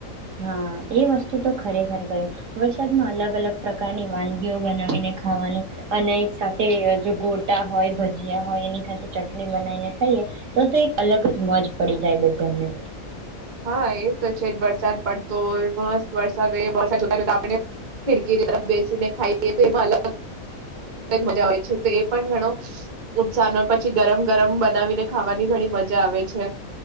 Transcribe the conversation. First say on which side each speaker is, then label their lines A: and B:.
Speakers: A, on the right; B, on the right.
A: હા એ વસ્તુ તો ખરેખર ગયું વરસાદમાં અલગ અલગ પ્રકારની વાનગીઓ બનાવીને ખાવાનું અને સાથે જો ગોટા હોય ભજીયા હોય એની સાથે ચટણી બનાવીને ખાઈએ તો તો એક અલગ જ મોજ પડી જાય બધાને.
B: હા એ તો છે જ વરસાદ પડતો મસ્ત વરસાદ વરદ જો આપણે ખિડકીની તરફ બેસીને ખાઈ તો એમાં અલગ મજા આવેય છે તો એ પણ ઘણો ઉત્સાહ હોય પછી ગરમ ગરમ બનાવીને ખાવાની ઘણી મજા આવે છે.